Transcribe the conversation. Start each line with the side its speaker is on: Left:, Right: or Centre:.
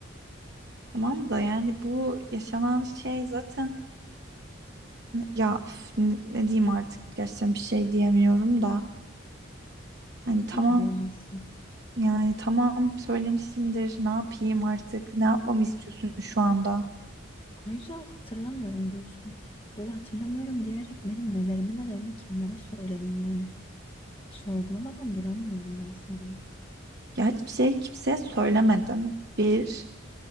Right: Tamam da yani bu yaşanan şey zaten ya üf, ne ne diyeyim artık gerçekten bir şey diyemiyorum da Hani
Left: Tabii
Right: tamam
Left: ki diyemezsin.
Right: yani tamam söylemişimdir ne yapayım artık ne yapmamı istiyorsun şu anda?
Left: Ayrıca hatırlamıyorum diyorsun. Böyle hatırlamıyorum diyerek benim nelerimi nelerimi kimlere söyledin yani. Sorgulamadan duramıyorum resmen.
Right: Ya hiçbir şey kimseye söylemedim. Bir